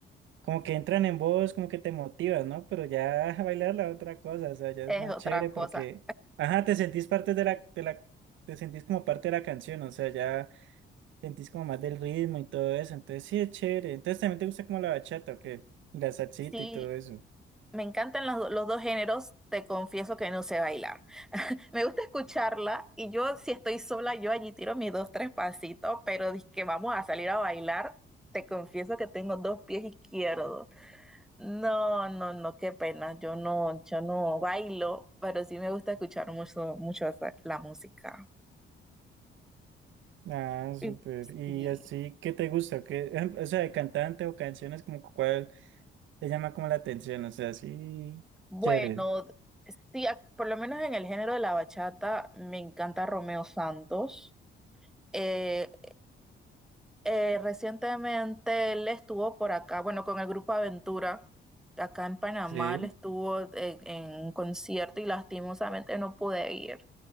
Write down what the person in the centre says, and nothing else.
es
otra
cosa.
Sí,
me encantan los, do- los dos géneros, te confieso que no sé bailar. Me gusta escucharla y yo si estoy sola, yo allí tiro mis dos, tres pasitos, pero que vamos a salir a bailar, te confieso que tengo dos pies izquierdos. No, no, no, qué pena. Yo no, yo no bailo, pero sí me gusta escuchar mucho, mucho esa- la música.
Y
sí.
Bueno,
sí, a- por lo menos en el género de la bachata me encanta Romeo Santos. Eh, eh, recientemente él estuvo por acá, bueno, con el grupo Aventura, acá en Panamá,
él estuvo en, en un concierto y lastimosamente no pude ir.